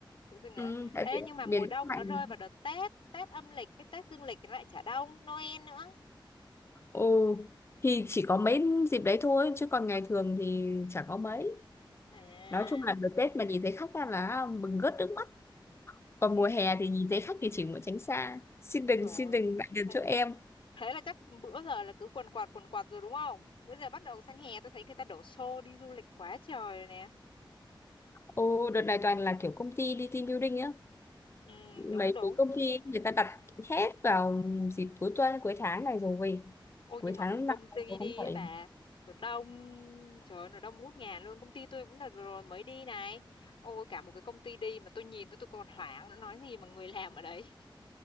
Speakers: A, on the left; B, on the left.
A: Tự dưng đấy.
B: ừ, tại
A: Ê
B: vì
A: nhưng mà
B: miền
A: mùa đông
B: Bắc lạnh
A: nó rơi vào đợt Tết, Tết âm lịch với Tết dương lịch thì nó lại chả đông, Noel nữa.
B: ồ thì chỉ có mấy dịp đấy thôi chứ còn ngày thường thì chả có mấy
A: À,
B: nói chung là đợt Tết mà nhìn thấy khách ra là mừng rớt nước mắt còn
A: khiếp,
B: mùa hè thì nhìn thấy khách thì chỉ muốn tránh xa xin
A: ôi
B: đừng
A: rồi.
B: xin đừng lại gần
A: Thế,
B: chỗ em
A: thế là chắc bữa giờ là cứ quần quạt quần quạt rồi đúng không? Bữa giờ bắt đầu sang hè tôi thấy người ta đổ xô đi du lịch quá trời rồi nè.
B: ồ đợt này toàn là kiểu công ty đi team building á
A: Ừ đúng
B: mấy
A: đúng
B: cái công ty người ta đặt hết vào dịp cuối tuần cuối tháng này rồi
A: Ôi
B: cuối
A: nhưng mà
B: tháng
A: một công
B: năm
A: ty
B: cuối
A: đi
B: tháng bảy
A: ấy bà Nó đông Trời ơi nó đông ngút ngàn luôn Công ty tôi cũng đợt vừa rồi mới đi này Ôi cả một cái công ty đi mà tôi nhìn tôi tôi còn hoảng nữa, Nói gì mà người làm ở đấy